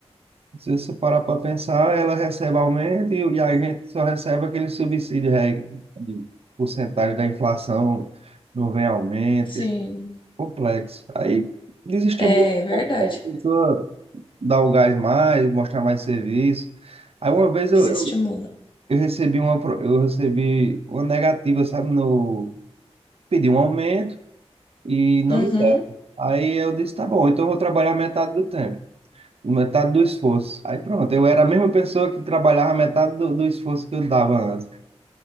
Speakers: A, on the right (about 60°); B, on the left (about 45°).
A: se você parar para pensar, ela recebe aumento e, e a gente só recebe aquele subsídio re- de porcentagem da inflação, não vem aumento,
B: Sim,
A: é complexo. Aí desestimula
B: é
A: um
B: verdade.
A: pouco a pessoa dar o gás mais, mostrar mais serviço. Aí uma vez
B: Desestimula.
A: eu, eu, eu recebi uma, pro- eu recebi uma negativa, sabe, no, pedi um aumento e não
B: Uhum.
A: me deram. Aí eu disse, tá bom, então eu vou trabalhar metade do tempo, metade do esforço. Aí pronto, eu era a mesma pessoa que trabalhava metade do, do esforço que eu dava antes.